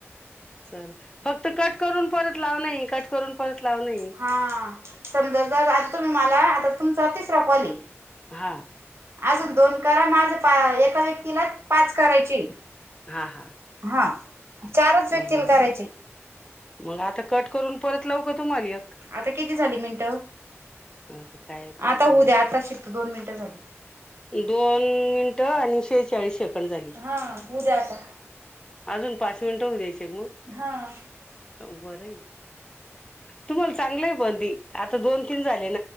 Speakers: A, on the left; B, on the right.
A: चल फक्त कट करून परत लावनयी कट करून परत लावनायी
B: हा समजा, जर आ तुही मला आता तुमचा तिसरा कॉलय
A: हा
B: आजूक दोन करा, माझ एका व्यक्तीला पाच करायचेय.
A: हा हा
B: हां चारच व्यक्तीला
A: हम्म.
B: करायचे.
A: मग आता कट करून परत लावू का तुम्हाला एक?
B: आता किती झाले मिनिट
A: आता काय पाहते
B: आता होऊ
A: मी
B: द्या
A: हो.
B: आता शिक दोन मिनट झाली.
A: दोन मिनिट आणि शेहचाळीस सेकंद. झाली
B: हा उद्या आता
A: अजून पाच मिनिट होऊ द्यायचे का मग?
B: हा.
A: अ बरय. तुम्हाला चांगलय पण ते आता दोन तीन झाले.